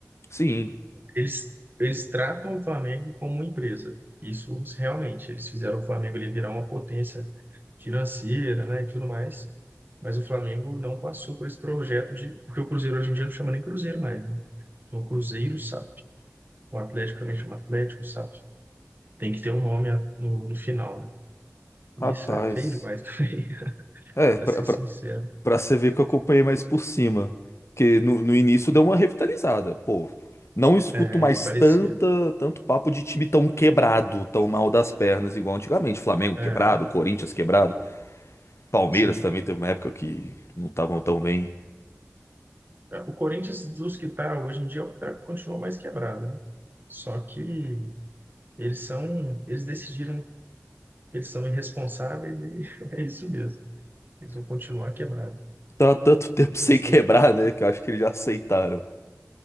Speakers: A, on the left (about 55°); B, on the right (about 40°).
A: Sim.
B: Eles, eles tratam o Flamengo como uma empresa. Isso realmente. Eles fizeram o Flamengo ele virar uma potência financeira, né, e tudo mais. Mas o Flamengo não passou por esse projeto de. Porque o Cruzeiro hoje em dia não chama nem Cruzeiro mais, né? Então, O Cruzeiro SAF. O Atlético também chama Atlético SAF. Tem que ter um nome a- no, no final, né? e
A: Rapaz.
B: Isso é feio demais <laughs> também,
A: É, pra,
B: para ser
A: pra,
B: sincero.
A: pra você ver que eu acompanhei mais por cima. Porque no, no início deu uma revitalizada. Pô, não escuto
B: É,
A: mais
B: parecia.
A: tanta, tanto papo de time tão quebrado, tão mal das pernas, igual antigamente. Flamengo quebrado,
B: é,
A: Corinthians quebrado. Palmeiras
B: Sim.
A: também teve uma época que não estavam tão bem.
B: O Corinthians, dos que está hoje em dia, é o que tá- continua mais quebrado, né? Só que Eles são, eles decidiram que eles são irresponsáveis e <laughs> é isso mesmo. Eles vão continuar quebrados.
A: Tá tanto tempo <laughs> sem
B: Eles estão
A: quebrar, né? Que eu acho que eles já aceitaram.